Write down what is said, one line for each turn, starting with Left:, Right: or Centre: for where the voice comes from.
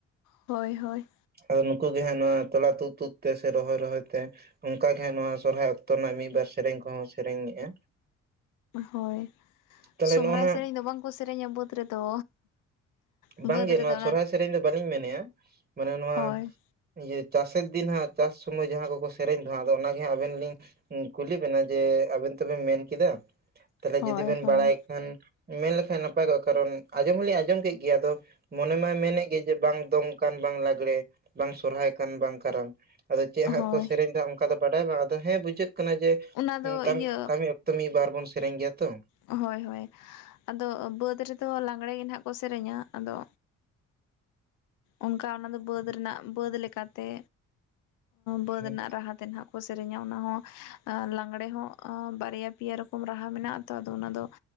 Left: ᱦᱳᱭ ᱦᱳᱭ᱾
Right: ᱟᱫᱚ ᱱᱩᱠᱩ ᱜᱮ ᱦᱟᱜ ᱱᱚᱣᱟ ᱛᱚᱞᱟ ᱛᱩᱫ ᱛᱩᱫ ᱛᱮ ᱥᱮ ᱨᱚᱦᱚᱭ ᱨᱚᱦᱚᱭ ᱛᱮ᱾ ᱚᱱᱠᱟᱜᱮ ᱦᱟᱸᱜ ᱱᱚᱣᱟ ᱥᱚᱨᱦᱟᱭ ᱚᱠᱛᱚ ᱨᱮᱱᱟᱜ ᱢᱤᱫᱵᱟᱨ ᱥᱮᱨᱮᱧ ᱠᱚᱦᱚᱸ ᱥᱮᱨᱮᱧᱮᱜᱼᱟ᱾
Left: ᱦᱳᱭ
Right: ᱛᱟᱦᱚᱞᱮ
Left: ᱥᱚᱦᱨᱟᱭ
Right: ᱱᱚᱜᱼᱚ ᱱᱟ
Left: ᱥᱮᱨᱮᱧ ᱫᱚ ᱵᱟᱝᱠᱚ ᱥᱮᱨᱮᱧᱟ ᱵᱟᱹᱫᱽ ᱨᱮᱫᱚ᱾ ᱵᱟᱹᱫᱽ
Right: ᱵᱟᱝᱜᱮ
Left: ᱨᱮᱫᱚ
Right: ᱱᱚᱣᱟ
Left: ᱚᱱᱟ
Right: ᱥᱚᱨᱦᱟᱭ ᱥᱮᱨᱮᱧ ᱫᱚ ᱵᱟᱹᱞᱤᱧ ᱢᱮᱱᱮᱫᱼᱟ ᱢᱟᱱᱮ ᱱᱚᱣᱟ
Left: ᱦᱳᱭ
Right: ᱤᱭᱟᱹ ᱪᱟᱥᱮᱫ ᱫᱤᱱ ᱦᱟᱸᱜ ᱪᱟᱥ ᱥᱚᱢᱚᱭ ᱡᱟᱦᱟᱸ ᱠᱚᱠᱚ ᱥᱮᱨᱮᱧ ᱫᱚ ᱦᱟᱸᱜ ᱟᱫᱚ ᱚᱱᱟ ᱜᱮ ᱦᱟᱸᱜ ᱟᱵᱮᱱ ᱞᱤᱧ ᱠᱩᱞᱤ ᱵᱮᱱᱟ ᱡᱮ ᱟᱵᱮᱱ ᱛᱚᱵᱮᱱ ᱢᱮᱱ ᱠᱮᱫᱟ ᱛᱟᱦᱚᱞᱮ
Left: ᱦᱳᱭ
Right: ᱡᱩᱫᱤ ᱵᱮᱱ
Left: ᱦᱳᱭ
Right: ᱵᱟᱲᱟᱭ ᱠᱷᱟᱱ ᱢᱮᱱ ᱞᱮᱠᱷᱟᱱ ᱱᱟᱯᱟᱭ ᱠᱚᱜᱼᱟ ᱠᱟᱨᱚᱱ ᱟᱸᱚᱢ ᱦᱚᱸᱞᱤᱧ ᱟᱸᱚᱢ ᱠᱮᱫᱼᱼ ᱜᱮ ᱟᱫᱚ ᱢᱚᱱᱮ ᱢᱟᱭ ᱢᱮᱱᱮᱫ ᱜᱮ ᱡᱮ ᱵᱟᱝ ᱫᱚᱝ ᱠᱟᱱ ᱵᱟᱝ ᱞᱟᱜᱽᱲᱮ ᱵᱟᱝ ᱥᱚᱨᱦᱟᱭ ᱠᱟᱱ ᱵᱟᱝ ᱠᱟᱨᱟᱢ। ᱟᱫᱚ ᱪᱮᱫ ᱦᱟᱸᱜ
Left: ᱦᱳᱭ
Right: ᱠᱚ ᱥᱮᱨᱮᱧᱮᱫᱟ ᱚᱱᱠᱟ ᱫᱚ ᱵᱟᱰᱟᱭ ᱵᱟᱝ ᱟᱫᱚ ᱦᱮᱸ ᱵᱩᱡᱷᱟᱹᱜ ᱠᱟᱱᱟ ᱡᱮ
Left: ᱚᱱᱟ
Right: ᱦᱩᱸ
Left: ᱫᱚ
Right: ᱠᱟᱢ
Left: ᱤᱭᱟᱹ
Right: ᱠᱟᱹᱢᱤ ᱚᱠᱛᱚ ᱢᱤᱫᱵᱟᱨ ᱵᱚᱱ ᱥᱮᱨᱮᱧ ᱜᱮᱭᱟ ᱛᱚ।
Left: ᱦᱳᱭ ᱦᱳᱭ ᱟᱫᱚ ᱵᱟᱹᱫᱽ ᱨᱮᱫᱚ ᱞᱟᱜᱽᱲᱮ ᱜᱮ ᱱᱟᱦᱟᱜ ᱠᱚ ᱥᱮᱨᱮᱧᱟ ᱟᱫᱚᱼᱼ ᱚᱱᱠᱟ ᱚᱱᱟ ᱫᱚ ᱵᱟᱹᱫᱽ ᱨᱮᱱᱟᱜ ᱵᱟᱹᱫᱽ ᱞᱮᱠᱟᱛᱮ ᱵᱟᱹᱫᱽ
Right: ᱦᱩᱸ
Left: ᱨᱮᱱᱟᱜ ᱨᱟᱦᱟᱼᱼ ᱛᱮ ᱱᱟᱦᱟᱜ ᱠᱚ ᱥᱮᱨᱮᱧᱟ ᱚᱱᱟ ᱦᱚᱸ ᱞᱟᱜᱽᱲᱮ ᱦᱚᱸ ᱵᱟᱨᱭᱟ ᱯᱮᱭᱟ ᱨᱚᱠᱚᱢ ᱨᱟᱦᱟ ᱢᱮᱱᱟᱜᱼᱟᱼᱼ ᱛᱚ ᱟᱫᱚ ᱚᱱᱟ ᱫᱚ